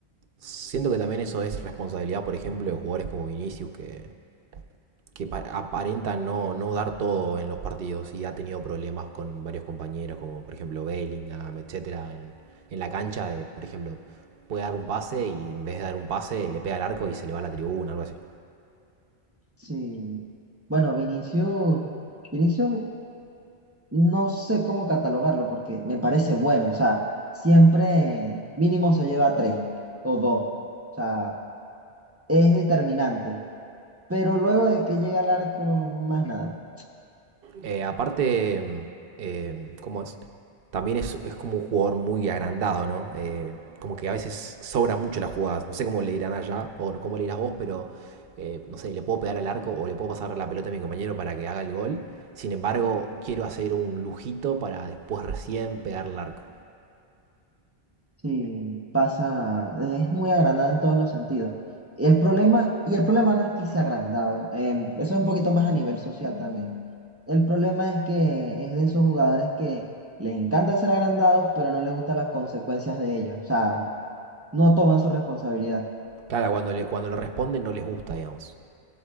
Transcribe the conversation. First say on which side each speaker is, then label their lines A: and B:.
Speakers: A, on the right; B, on the right.
A: Siento que también eso es responsabilidad, por ejemplo, de jugadores como Vinicius, que, que pa- aparenta no, no dar todo en los partidos y ha tenido problemas con varios compañeros, como por ejemplo Bellingham, etcétera, en, en la cancha de, por ejemplo, puede dar un pase y en vez de dar un pase le pega al arco y se le va a la tribuna, algo así.
B: Sí. Bueno, Vinicius, Vinicius no sé cómo catalogarlo porque me parece bueno. O sea, siempre mínimo se lleva tres o dos. O sea, es determinante. Pero luego de que llega al arco, más nada.
A: Eh, aparte, eh, ¿cómo es? También es, es como un jugador muy agrandado, ¿no? Eh, como que a veces sobran mucho las jugadas. No sé cómo le dirán allá o no, cómo le dirás vos, pero eh, no sé, le puedo pegar al arco o le puedo pasar la pelota a mi compañero para que haga el gol. Sin embargo, quiero hacer un lujito para después recién pegar al arco.
B: Sí, pasa, es muy agrandado en todos los sentidos. Y El problema, y el problema no es que sea agrandado, em, eso es un poquito más a nivel social también. El problema es que es de esos jugadores que les encanta ser agrandados, pero no les gustan las consecuencias de ello. O sea, no toman su responsabilidad.
A: Claro, cuando le, cuando le responden no les gusta, digamos.